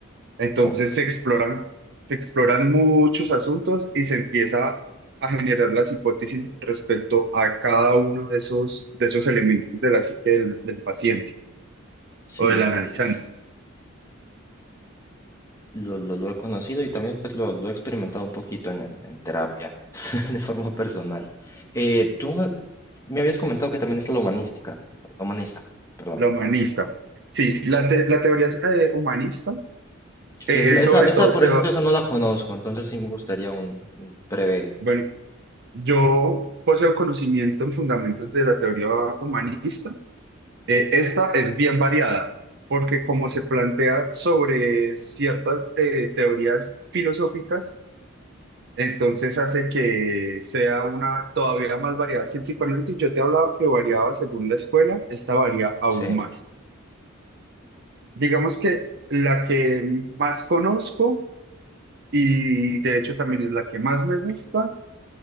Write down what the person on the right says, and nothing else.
Entonces
se exploran, se exploran muchos asuntos y se empieza a generar las hipótesis respecto a cada uno de esos, de esos elementos de la psique del, del paciente
o del analizante,
la humanista. Sí, la, te- la teoría eh, humanista, eh,
sobre
todo,
se
va,
bueno, yo poseo conocimiento en fundamentos de la teoría humanista Eh, esta es bien variada, porque como se plantea sobre ciertas eh, teorías filosóficas, entonces hace que sea una todavía más variada. Si el psicoanálisis yo te hablaba que variaba según la escuela, esta varía aún
más. Digamos que la que más conozco y de hecho también es la que más me gusta,